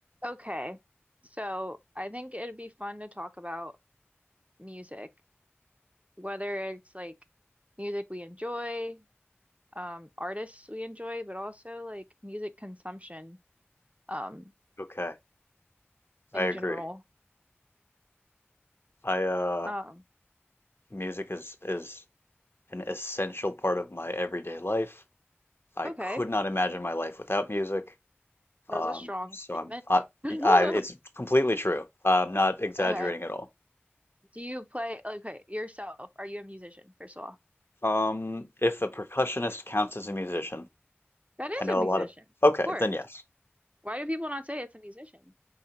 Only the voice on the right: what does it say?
Okay, so I think it'd be fun to talk about music, whether it's like music we enjoy, um, artists we enjoy, but also like music consumption, um,
in
general.
Um,
okay,
that
was a strong
statement.
<laughs>
Okay,
do you play, okay, yourself? Are you a musician, first of all?
That is
a musician,
of course.
Why do people not say it's a musician?